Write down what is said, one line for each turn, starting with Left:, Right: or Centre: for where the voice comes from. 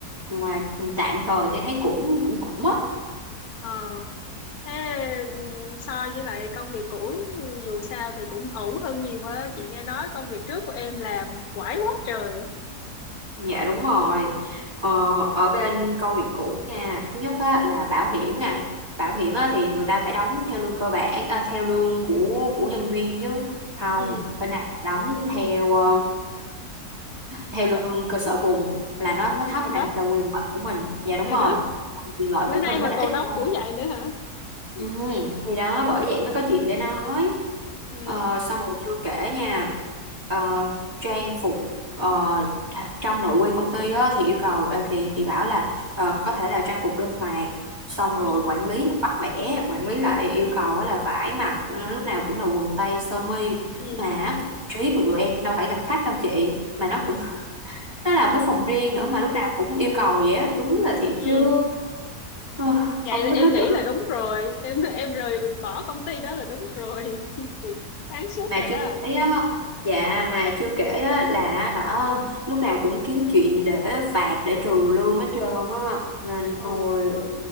Right: nhưng mà ừ, tạm thời thì thấy cũng cũng cũng á
Left: Ờ, thế ừ, so với lại công việc cũ dù sao thì cũng ổn hơn nhiều á. Chị nghe nói công việc trước của em làm quải quá trời.
Right: Dạ đúng rồi. Ờ, ở bên công việc cũ nha, thứ nhất á, là bảo hiểm nè. Bảo hiểm á, thì người ta phải đóng theo lương cơ bản, à, theo lương của của nhân viên chứ. Không,
Left: Ừ,
Right: bên này là đóng theo ờ, theo lương cơ sở vùng là nó nó thấp
Left: trời đất,
Right: nè, là quyền lợi của mình. Dạ đúng
Left: trời
Right: rồi.
Left: đất.
Right: Quyền lợi
Left: Bữa
Right: của
Left: nay
Right: mình
Left: mà
Right: nó đã
Left: còn
Right: ít
Left: đóng
Right: hơn
Left: kiểu vậy nữa hả? Ừ,
Right: Ừ, thì đó bởi vậy mới có chuyện để nói
Left: ừ,
Right: ờ, xong rồi chưa kể nha ờ, trang phục ờ, th- trong nội quy công ty á, thì yêu cầu ờ, thì thì bảo là ờ, có thể là trang phục linh hoạt xong rồi
Left: ừ,
Right: quản lý bắt bẻ quản lý lại yêu
Left: ừ,
Right: cầu á là phải mặc ờ, lúc nào cũng là quần tây sơ mi
Left: ừ.
Right: mà cái mặt trí của tụi em đâu phải gặp khách đâu chị mà nó cũng <laughs> nó là cái phòng riêng nữa mà lúc nào cũng yêu cầu vậy á đúng là thiệt
Left: ừ.
Right: chứ
Left: <laughs>
Right: ờ,
Left: vậy
Right: không
Left: là
Right: biết
Left: em
Right: hết
Left: nghĩ
Right: chỗ
Left: là đúng rồi em em rời mình bỏ công ty đó là đúng rồi sáng suốt
Right: mà
Left: rồi đó
Right: chưa kể á dạ mà chưa kể á là hả lúc nào cũng kiếm chuyện để phạt để trừ lương hết trơn á nên
Left: ồ
Right: hồi